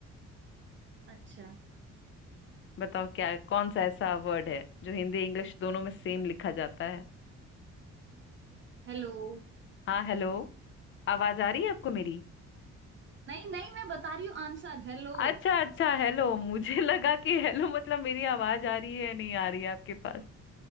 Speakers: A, on the right (about 40°); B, on the left (about 40°).
A: अच्छा
B: बताओ क्या कौन सा ऐसा वर्ड है जो हिंदी इंग्लिश दोनों में सेम लिखा जाता है
A: हेलो
B: हाँ हेलो आवाज आ रही है आपको मेरी
A: नहीं नहीं मैं बता रही हूँ आंसर हेलो
B: अच्छा
A: <laughs>
B: अच्छा हेलो मुझे <laughs> लगा कि हेलो मतलब मेरी आवाज आ रही है या नहीं आ रही है आपके पास